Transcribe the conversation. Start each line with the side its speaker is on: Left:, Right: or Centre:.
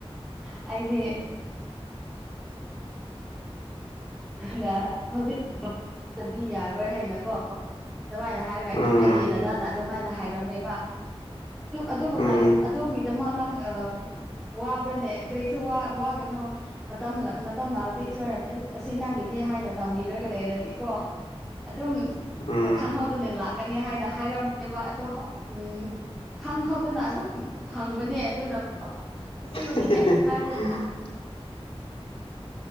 Centre: ꯑꯗꯤ ꯑꯗ ꯍꯧꯖꯤꯛꯗꯤ ꯌꯥꯔꯣꯏ ꯍꯥꯏꯅꯀꯣ ꯑꯗꯨꯃꯥꯏꯅ ꯍꯥꯏꯔꯒ
Left: ꯎꯝ
Centre: ꯑꯩꯒꯤ ꯗꯗꯥꯅ ꯑꯗꯨꯃꯥꯏꯅ ꯍꯥꯏꯔꯝꯃꯦꯕ ꯑꯗꯨꯕꯨ
Left: ꯎꯝ ꯎꯝ
Centre: ꯅꯪ ꯑꯗꯨꯒꯤꯗꯃꯛ ꯅꯪ ꯑꯥ ꯋꯥꯕ꯭ꯔꯥꯅꯦ ꯀꯔꯤꯁꯨ ꯋꯥꯒꯅꯣ ꯃꯇꯝ ꯃꯇꯝ ꯂꯥꯛꯂꯗꯤ ꯏꯁꯣꯔꯅꯦ ꯑꯁꯤ ꯅꯪꯒꯤꯅꯦ ꯍꯥꯏꯅ ꯇꯝꯕꯤꯔꯒ ꯂꯩꯔꯗꯤꯀꯣ ꯑꯗꯨꯝ
Left: ꯎꯝ
Centre: ꯈꯪꯍꯧꯗꯅ ꯂꯥꯛꯀꯅꯤ ꯍꯥꯏꯅ ꯍꯥꯏꯔꯝꯃꯦꯕ ꯑꯗꯣ ꯎꯝ ꯈꯪꯍꯧꯗꯅ ꯑꯗꯨꯝ ꯐꯪꯕꯅꯦ ꯑꯗꯨꯅ ꯑꯁꯦꯡꯕꯗꯤ
Left: <inaudible>
Centre: ꯍꯥꯏꯕꯗꯣ